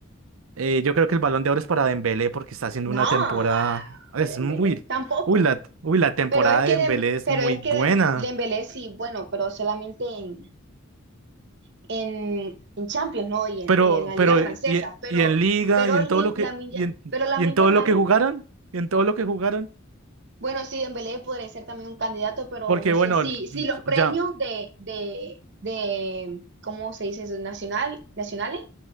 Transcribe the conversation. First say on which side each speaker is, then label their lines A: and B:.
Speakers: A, on the right; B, on the right.
A: eh, yo creo que el Balón de Oro es para Dembélé porque está haciendo
B: No,
A: una
B: ah,
A: temporada,
B: Dembélé,
A: es muy,
B: tampoco.
A: uy, la, uy, la temporada
B: Pero es que,
A: de Dembélé
B: Dem-
A: es
B: pero
A: muy
B: es
A: buena.
B: que Dem- Dembélé sí, bueno, pero solamente en en, en Champions, ¿no? Y en,
A: Pero,
B: en la
A: pero,
B: Liga Francesa,
A: y,
B: pero,
A: y en liga,
B: pero
A: y en
B: Li-
A: todo lo que,
B: Lamine
A: y
B: Ya-
A: en,
B: pero Lamine
A: y en todo
B: Yamal,
A: lo que jugaron, y en todo lo que jugaron,
B: bueno, sí, Dembélé podría ser también un candidato, pero
A: porque
B: no
A: bueno,
B: sé si,
A: l-
B: si los premios
A: ya,
B: de, de, de, ¿cómo se dice eso? Nacional, nacionales,